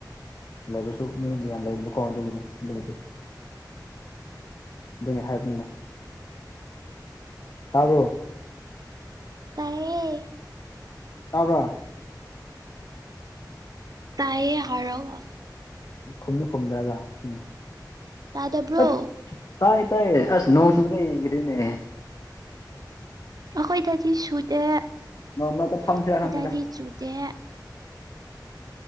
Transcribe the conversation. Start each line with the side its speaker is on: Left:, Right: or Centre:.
Left: <unintelligible> ꯑꯗꯨꯒꯤ ꯍꯥꯏꯕꯅꯤꯗ ꯇꯥꯕꯔꯣ
Right: ꯇꯥꯏꯌꯦ
Left: ꯇꯥꯕ꯭ꯔꯥ
Right: ꯇꯥꯏꯌꯦ ꯍꯥꯏꯔꯒ
Left: ꯈꯨꯝꯗꯤ ꯈꯨꯝꯗꯔꯒ ꯎꯝ
Right: ꯇꯥꯗꯕ꯭ꯔꯣ
Left: <unintelligible> ꯇꯥꯏ ꯇꯥꯏ ꯑꯁ ꯅꯣꯡ ꯆꯨꯔꯦ ꯒꯔꯤꯅꯦ
Right: ꯑꯩꯈꯣꯏꯗꯗꯤ ꯆꯨꯗꯦ ꯑꯩꯈꯣꯏꯗꯗꯤ
Left: ꯅꯣꯡ ꯃꯔꯛꯇ ꯐꯝꯁꯤꯔ ꯈꯪꯗꯦꯗ
Right: ꯆꯨꯗꯦ